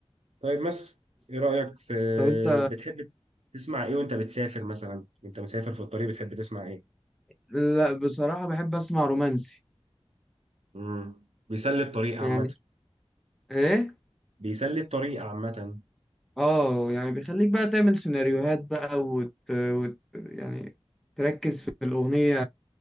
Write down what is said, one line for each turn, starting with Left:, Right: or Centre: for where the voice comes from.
Right: طيب مثلا إيه رأيك في
Centre: طب انت
Right: بتحب تسمع إيه وأنت بتسافر مثلا وأنت مسافر في الطريق بتحب تسمع إيه؟
Centre: لا بصراحة بحب اسمع رومانسي
Right: مم. بيسلي الطريق
Centre: يعني
Right: عامة
Centre: ايه
Right: بيسلي الطريق عامة
Centre: اه يعني بيخليك بقى تعمل سيناريوهات بقى وت... وت... يعني تركز في الأغنية